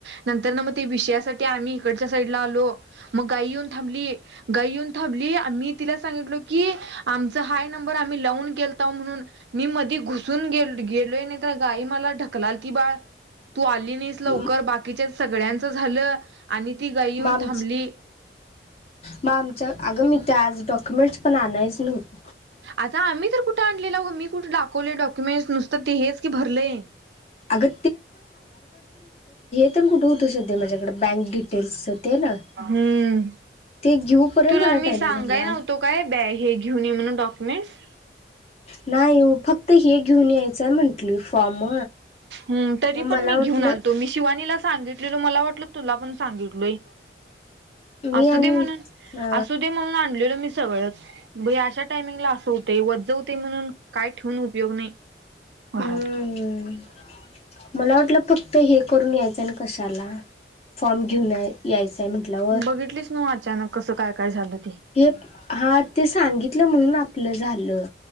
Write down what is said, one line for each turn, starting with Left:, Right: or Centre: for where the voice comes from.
Right: नंतर ना मग ते विषयासाठी आम्ही इकड साईड आलो मग गाई येऊन थांबली गाई येऊन थांबली मी तिला सांगितल की आमचा हाय नंबर आम्ही लावून गेलता म्हणून मी मधी घुसून गेलो गेलोय नाही तर गाई मला ढकलाल की बाळ तू आली नाहीस लवकर
Left: म
Right: बाकीच्या सगळ्यांच झालं आणि ती गई येऊन
Left: आमच
Right: थांबली
Left: मग आमच्या अगं मी ते आज डॉक्युमेंट्स पण आणायच नव्हत
Right: आता आम्ही तर कुठे आणलेला हो मी कुठे दाखवले डॉक्युमेंटस नुसत ते हेच की भरलेय
Left: अगं कुठे उठ शध माझ्याकडे बँक डिटेल्स ते ना
Right: हम्म
Left: ते घेऊपर्यंत
Right: तुला
Left: मला
Right: मी
Left: टाइम
Right: सांगाय
Left: झाला.
Right: नव्हतो काय ब हे घेऊन ये म्हणून डॉक्युमेंटस
Left: नाही फक्त हे घेऊन यायचंय म्हंटली फॉर्म
Right: ह तरी
Left: मग
Right: पण
Left: मला
Right: मी
Left: वाटलं
Right: घेऊन आलतो मी शिवानीला सांगितलेल मला वाटलं तुला पण सांगितलय
Left: मी
Right: असू
Left: आणि
Right: दे म्हणून
Left: अ
Right: असू दे म्हणून आणलेल मी सगळंच अशा टायमिंगला अस होते वजवते म्हणून काय ठेवून उपयोग नाही भारत
Left: हम्म मला वाटलं फक्त हे करून यायचं ना कशाला फॉर्म घेऊन यायचंय म्हटल्यावर
Right: बघितलीच नव्ह अचानक कसं काय काय झालं ते
Left: हे हा ते सांगितलं म्हणून आपलं झालं